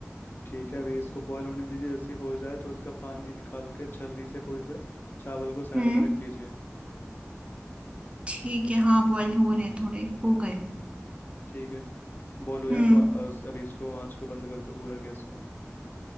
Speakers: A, on the left; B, on the right.
A: ठीक है अभी इसको बॉईल होने दीजिए जैसे ही हो जाए तो इसका पानी निकाल के छलनी से कोई से चावल को साइड
B: हम्म
A: में रख लीजिए
B: ठीक है हाँ बॉईल हो रहे हैं थोड़े हो गए
A: ठीक है बॉईल हो जाए
B: हम्म
A: तो अ- अ- अभी इसको आँच को बंद कर दो पूरा गैस को